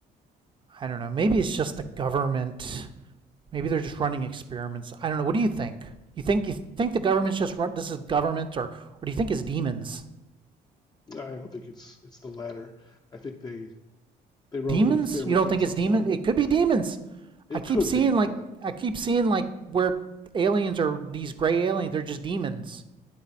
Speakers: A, on the right (about 30°); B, on the left (about 25°).
A: I don't know. Maybe it's just the government. Maybe they're just running experiments. I don't know. What do you think? You think you think the government's just run? This is government, or or do you think it's demons?
B: I don't think it's it's the latter. I think they they run
A: Demons?
B: little experiments
A: You don't
B: on
A: think
B: us
A: it's
B: all the
A: demon?
B: time.
A: It could be demons.
B: It
A: I keep
B: could
A: seeing
B: be,
A: like
B: but
A: I keep seeing like where aliens are these gray aliens. They're just demons.